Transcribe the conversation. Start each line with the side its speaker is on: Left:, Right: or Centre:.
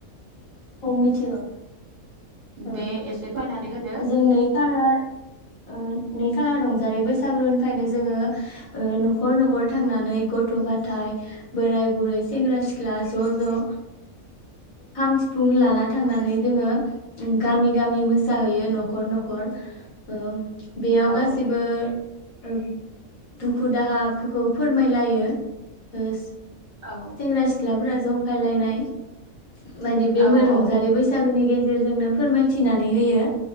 Left: औ मिथिगौ। ओ
Right: दे एसे फोरमायनानै होदो
Left: जों नै खालार ओ नै खालाराव जेरै बैसागुनिफ्रायनो जोङो नखर नखर थांनानै गथ गाथाय बोराय बुरै सेंग्रा सिख्ला ज ज ओ खाम सि फुं लाना थांनानै जोङो गामि गामि मोसाहैयो नखर नखर ओ बेयाव
Right: औ
Left: गासिबो ओ दुखु दाहाफोरखौ फोरमायलायो। ओ
Right: औ
Left: सेंग्रा सिख्लाफोरा जंखायलायनाय बायदि बे
Right: औ
Left: रंजालि
Right: औ
Left: बैसागोनि गेजेर गेजेरजोंनो फोरमायथिनानै होयो।